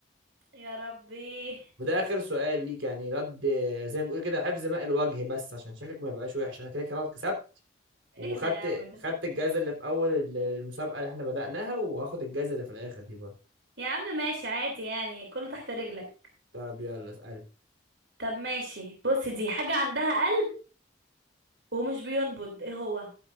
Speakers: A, on the right; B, on the right.
A: <laughs> يا ربي
B: وده اخر سؤال ليك يعني رد زي ما بقول كده حفظ ماء الوجه بس عشان شكلك ما يبقاش وحش انا كده كده خلاص كسبت وخدت
A: ايه ده يا عم ده
B: خدت الجايزة اللي في اول المسابقة اللي احنا بدأناها وهاخد الجايزة اللي في الاخر دي برضه
A: يا عم ماشي عادي يعني كله تحت رجلك
B: طب يلا اسألي
A: طب ماشي بص دي حاجة عندها قلب ومش بينبض ايه هو